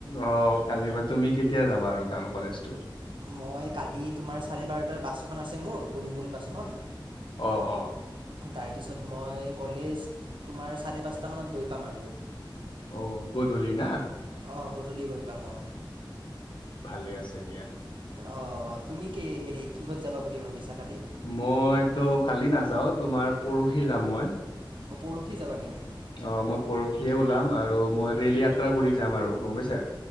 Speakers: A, on the left; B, on the right.
A: অ কালি পা তুমি কেতিয়া যাবা আৰু কলেজটো?
B: মই কালি তোমাৰ চাৰে বাৰটাৰ বাছখন আছে মোৰ, গুণগুণ বাছখন
A: অ অ
B: তাৰপিছত মই কলেজ তোমাৰ চাৰে পাঁচটামানত গৈ পাম আৰু।
A: অ গধূলি না?
B: অঁ গধূলি গৈ পাম অহ।
A: ভালে আছে দিয়া।
B: অ তুমি কি হেৰি কিহত যাবা বুলি ভাবিছা? কালি
A: মইত কালি নাযাও তোমাৰ পৰহি যাম মই।
B: অ পৰহি যাবা নেকি?
A: অ মই পৰহিয়ে ওলাম আৰু মই ৰেল
B: হয়
A: যাত্ৰা কৰি যাম আৰু গম পাইছা।